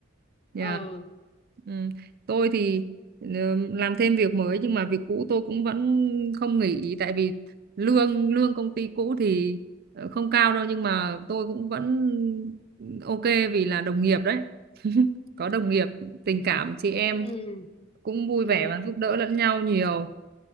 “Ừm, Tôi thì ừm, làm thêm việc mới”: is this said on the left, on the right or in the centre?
Right